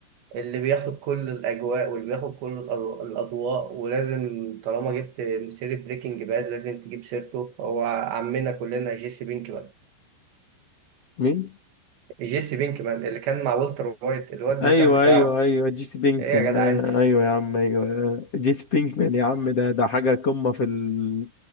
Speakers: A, on the right; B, on the left.
A: اللي بياخد كل الاجواء واللي بياخد كل الأضو- الاضواء ولازم طالما جبت سيره بريكنج باد لازم تجيب سيرته هو عمنا كلنا جيسي بينكمان
B: مين؟
A: جيسي بينكمان اللي كان مع والتر وايت الواد المساعد
B: ايوه
A: بتاعه
B: ايوه ايوه جيسي بينكمان
A: ايه يا جدع
B: آه
A: انت
B: ايوه يا عم ايوه آه. جيسي بينكمان يا عم ده ده حاجة قمة في ال...